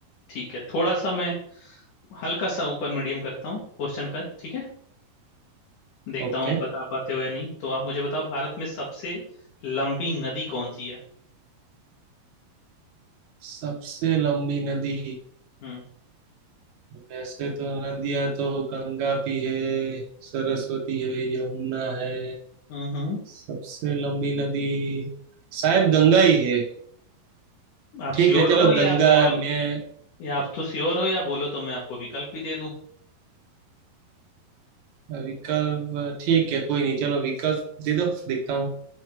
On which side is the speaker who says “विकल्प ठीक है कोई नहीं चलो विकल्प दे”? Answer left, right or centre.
Right